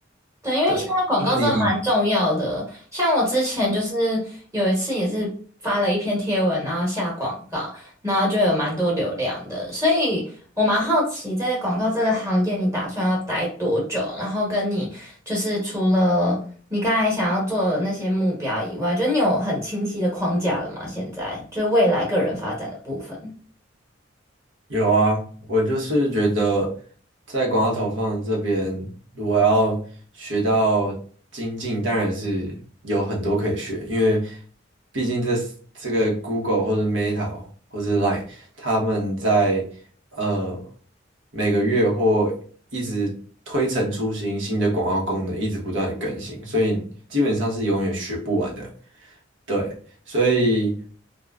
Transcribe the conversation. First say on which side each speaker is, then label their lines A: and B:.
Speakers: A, on the right; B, on the right.
A: 对，因为现在广告真的蛮重要的。
B: 对，那你？
A: 像我之前就是有一次也是发了一篇贴文，然后下广告，然后就有蛮多流量的。所以我蛮好奇，在广告这个行业，你打算要待多久？然后跟你就是除了你刚才想要做的那些目标以外，就你有很清晰的框架了吗？现在就是未来个人发展的部分。
B: 有啊，我就是觉得在广告投放这边，我要学到精进，当然是有很多可以学，因为毕竟这是这个 Google 或者 Meta 或者 Line，他们在呃每个月或一直推陈出新，新的广告功能一直不断的更新，所以基本上是永远学不完的。对，所以。